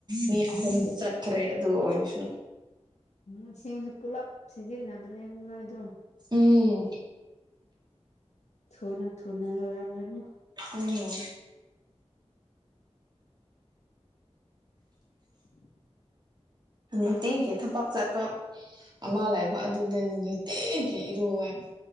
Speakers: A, on the right; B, on the left.
A: ꯃꯤ ꯑꯍꯨꯝꯗꯤ ꯆꯠꯈ꯭ꯔꯦ ꯑꯗꯨ ꯑꯣꯏꯔꯁꯨꯅ
B: ꯎꯝꯁꯤꯡꯁꯨ ꯄꯨꯂꯞ ꯁꯤꯖꯤꯟꯅꯕꯅꯦ ꯑꯗꯨ ꯅꯣꯏꯗ
A: ꯎꯝ
B: ꯊ ꯅ ꯊ ꯅ ꯂꯧꯣꯔꯝ ꯂꯩ
A: ꯎꯝ
B: <unintelligible>
A: ꯑꯠꯇꯤꯒꯤ ꯊꯕꯛ ꯆꯠꯄ ꯑꯃ ꯂꯩꯥꯛꯕ ꯑꯗꯨꯗꯤ ꯅꯤꯇꯤꯒꯤ ꯏꯔꯨꯑꯦ